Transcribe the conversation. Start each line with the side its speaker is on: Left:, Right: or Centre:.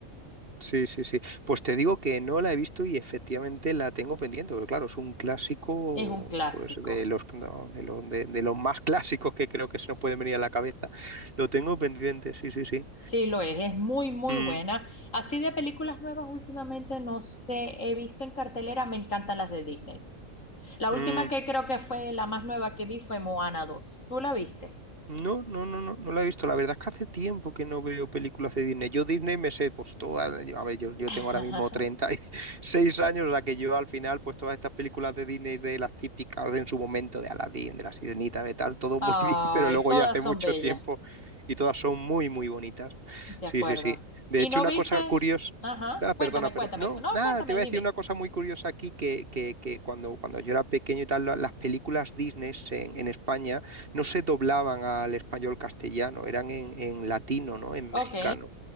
Right: Sí, sí, sí. Pues te digo que no la he visto y efectivamente la tengo pendiente, porque claro, es un clásico,
Left: Es un clásico.
Right: pues de los, no, de los, de, de los más <laughs> clásicos que creo que se nos pueden venir a la cabeza. Lo tengo pendiente, sí, sí, sí.
Left: Sí, lo es, es muy, muy
Right: Mm,
Left: buena. Así de películas nuevas últimamente no sé, he visto en cartelera, me encantan las de Disney. La
Right: mm.
Left: última que creo que fue la más nueva que vi fue Moana dos. ¿Tú la viste?
Right: No, no, no, no, no la he visto. La verdad es que hace tiempo que no veo películas de Disney. Yo Disney me sé, pues todas, yo- a ver, yo, yo
Left: <laughs>
Right: tengo ahora mismo treinta y seis años, o sea que yo al final, pues todas estas películas de Disney, de las típicas de en su momento, de Aladdin, de La Sirenita, de tal, todo
Left: Ay,
Right: muy <laughs> bien, pero luego
Left: todas
Right: ya hace mucho
Left: son bellas,
Right: tiempo y todas son muy, muy bonitas.
Left: de acuerdo.
Right: Sí, sí, sí. De
Left: ¿Y
Right: hecho,
Left: no
Right: una
Left: viste?
Right: cosa curiosa...
Left: Ajá,
Right: Ah, perdona,
Left: cuéntame,
Right: perdona.
Left: cuéntame.
Right: No,
Left: No,
Right: nada,
Left: cuéntame,
Right: te voy
Left: dime.
Right: a decir una cosa muy curiosa aquí, que, que, que cuando, cuando yo era pequeño y tal, la- las películas Disney en en España no se doblaban al español castellano, eran en, en latino, ¿no? En
Left: Ok,
Right: mexicano.